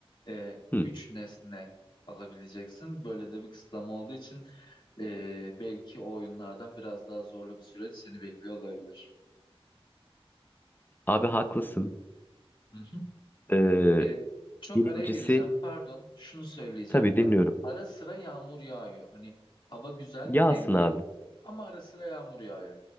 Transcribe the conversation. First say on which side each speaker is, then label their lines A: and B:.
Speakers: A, on the left; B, on the left.
A: E,
B: Hı,
A: üç nesne alabileceksin. Böyle de bir kısıtlama olduğu için e, belki o oyunlardan biraz daha zorlu bir süreç seni bekliyor olabilir.
B: abi haklısın.
A: Hı hı.
B: Ee,
A: E, çok
B: birincisi
A: araya gireceğim. Pardon, şunu söyleyeceğim
B: tabii
A: de.
B: dinliyorum.
A: Ara sıra yağmur yağıyor. Hani hava güzel,
B: Yağsın
A: nemli
B: abi.
A: ama ara sıra yağmur yağıyor.